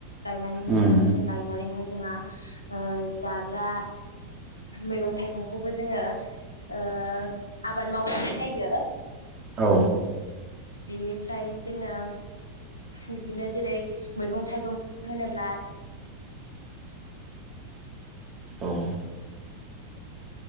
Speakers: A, on the left; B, on the right.
A: गायनानै मोनग्राखौ
B: उम
A: जों गायनानैहाय जोंहा ओ जाग्रा मैगं थाइगंखौबो जोङो ओ आबाद माव मावनाय जायो।
B: औ।
A: बिनिफ्राय जोङो। बिदिनो जेरै मैगं थाइगं होनोब्ला।
B: औ।